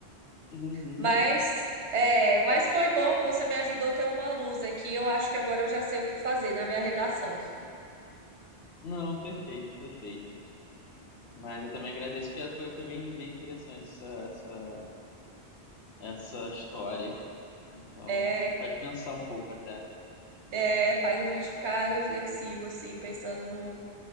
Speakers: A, on the left (about 70°); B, on the right (about 85°).
A: Que doideira.
B: Mas, é, mas foi bom, você me ajudou a ter uma luz aqui. Eu acho que agora eu já sei o que fazer na minha redação.
A: Não, perfeito, perfeito. Mas eu também agradeço que foi, foi bem, bem interessante essa, essa, essa história. Então,
B: É,
A: faz pensar um pouco até.
B: é, faz a gente ficar reflexivo, assim, pensando no,